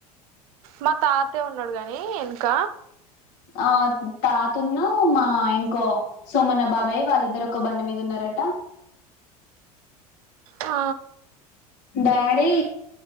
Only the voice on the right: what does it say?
మా తాతే ఉన్నాడు గాని వెనక
ఆ